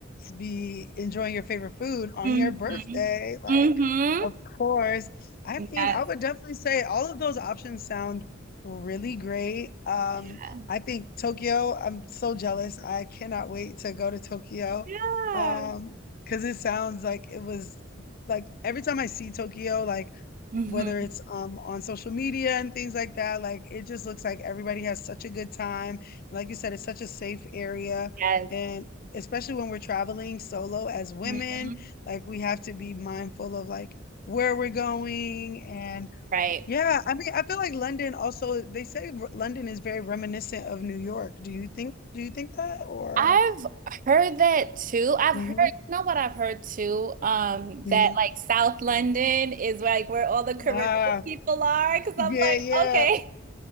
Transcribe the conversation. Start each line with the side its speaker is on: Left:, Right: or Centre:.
Left: to be enjoying your favorite food on
Right: hmm
Left: your birthday. Like,
Right: hmm
Left: of course. I
Right: Yes.
Left: mean, I would definitely say all of those options sound really great. Um,
Right: Yeah.
Left: I think Tokyo, I'm so jealous. I cannot wait to go to Tokyo.
Right: Yeah.
Left: Um, because it sounds like it was like every time I see Tokyo, like
Right: hmm
Left: whether it's um on social media and things like that. Like it just looks like everybody has such a good time. like you said, it's such a safe area
Right: Yes.
Left: and especially when we're traveling solo as women,
Right: hmm
Left: like we have to be mindful of like where we're going and
Right: Right.
Left: yeah, I mean, I feel like London also they say R- London is very reminiscent of New York. Do you think do you think that or
Right: I've heard that too. I've
Left: Mhm.
Right: heard, you know what I've heard too? Um, that
Left: Mhm.
Right: like South London is like where all the Caribbean
Left: Ah,
Right: people are. Cause
Left: yeah,
Right: I'm like,
Left: yeah.
Right: okay.